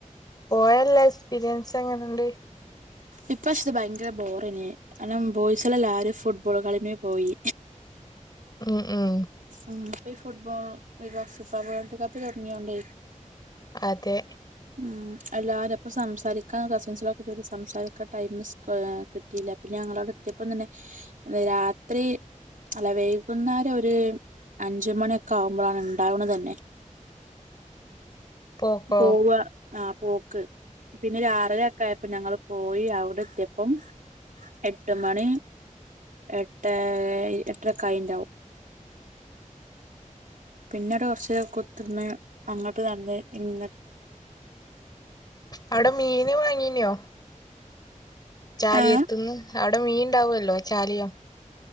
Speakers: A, on the left (about 30°); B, on the right (about 85°).
A: പോയല്ല എക്സ്പീരിയൻസ് എങ്ങനെണ്ട്?
B: ഇപ്രാവശ്യ ത്തെ ഭയങ്കര ബോറായിൻ കാരണം ബോയ്സ് ള്ള എല്ലാവാരും ഫുട്ബോൾ കളിമ്മെ പോയി
A: ഉം ഉം
B: ഉം ഇപ്പൊ ഈ ഫുട്ബോൾ വി ഫിഫ വേൾഡ് കപ്പ് തുടങ്ങിയത് കൊണ്ട്
A: അതെ
B: ഉം എല്ലാവാരും പ്പോ സംസാരിക്കാ കസിൻസിലൊക്കെ ച സംസാരിക്ക ടൈം കിട്ടിയില്ല പിന്നെ ഞങ്ങളോടെ എത്തിയപ്പത്തന്നെ രാത്രി അല്ല വൈകുന്നേരം ഒരു അഞ്ചുമണിയൊക്കെ ആവുമ്പോളാണ് ഉണ്ടാവണ തന്നെ
A: <unintelligible> പോക്കൊ
B: പോവ ആ പോക്ക് പിന്നെരു ആറര ഒക്കെ ആയപ്പ ഞങ്ങള് പോയി അവിടെത്തെപ്പം എട്ട് മണി എട്ട് എട്ടരക്കായിണ്ടാകും പിന്നീട് കുറച്ച് കുത്തിരുന്ന് അങ്ങട്ട് നടന്നു ഇങ്ങ്
A: അവിടെ മീന് വാങ്ങീനോ ചാലിയത്ത്
B: ഏ
A: ന്ന് അവിടെ മീൻണ്ടാവല്ലോ ചാലിയം